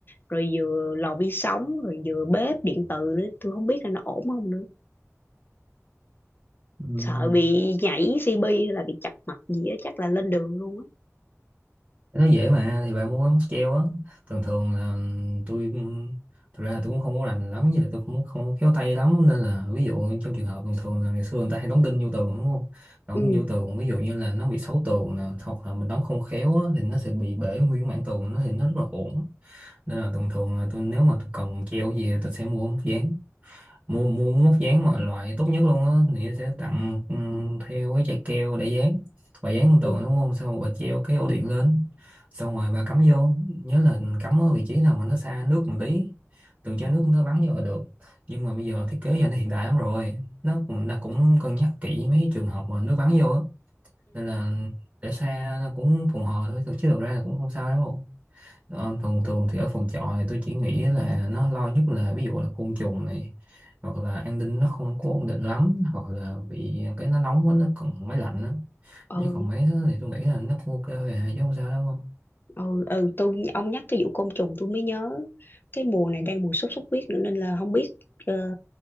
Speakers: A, on the left; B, on the right.
A: rồi vừa lò vi sóng rồi vừa bếp điện từ nữa tôi không biết là nó ổn không nữa
B: ừm,
A: sợ bị nhảy CP hay là bị chập mạch gì á chắc là lên đường luôn á
B: nó dễ mà thì bạn muốn móc treo á thường thường là tôi thực ra là tôi cũng không có rành lắm như là tôi cũng không khéo tay lắm nên là ví dụ trong trường hợp thường thường là ngày xưa người ta hay đóng đinh vô tường đúng không đóng
A: ừ
B: đinh vô tường ví dụ như là nó bị xấu tường nè hoặc là mình đóng không khéo á, thì nó sẽ bị bể nguyên mảng tường nó thì nó rất là uổng nên là thường thường là tôi nếu mà tôi cần treo gì thì tôi sẽ mua móc dán mua mua móc dán mà loại tốt nhất luôn á thì sẽ tặng ừm, theo cái chai keo để dán bà dán lên tường
A: ừ
B: đúng không xong rồi bà treo cái ổ điện lên xong rồi bà cắm vô nhớ là cắm ở vị trí nào mà nó xa nước một tí đừng cho
A: ừ
B: nước nó bắn vô là được nhưng mà bây giờ thiết kế giờ nó hiện đại lắm rồi nó cũng- nó cũng cân nhắc kỹ mấy cái trường hợp mà nước bắn vô á nên là để xa nó cũng phòng hờ thôi chứ thực ra là cũng không sao đâu đó, thường thường thì ở phòng trọ thì tôi chỉ nghĩ là nó lo nhất là ví dụ là côn trùng này hoặc là an ninh nó không có ổn định lắm hoặc là bị cái nó nóng quá nó còn máy lạnh đó.
A: ừ
B: chứ còn mấy thứ thì tôi nghĩ là nó cũng ok rồi à chứ không sao đâu
A: ừ, ừ. tôi ông nhắc cái vụ côn trùng tôi mới nhớ cái mùa này đang mùa sốt xuất huyết nữa nên là không biết ờ,